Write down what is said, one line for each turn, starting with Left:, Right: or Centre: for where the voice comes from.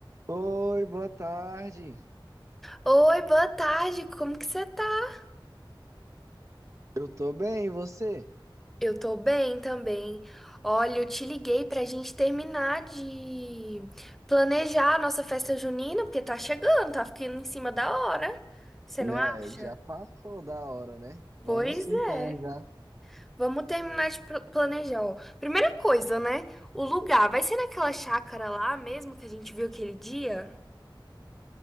Right: Oi, boa tarde.
Centre: Oi, boa tarde, como que você tá?
Right: Eu tô bem, e você?
Centre: Eu tô bem também. Olha, eu te liguei pra gente terminar de planejar a nossa festa junina, porque tá chegando, tá ficando em cima da hora. Você
Right: É,
Centre: não acha?
Right: já passou da hora, né? Vamos
Centre: Pois
Right: sim planejar.
Centre: é. Vamos terminar de pl- planejar, ó. Primeira coisa, né? O lugar vai ser naquela chácara lá mesmo que a gente viu aquele dia?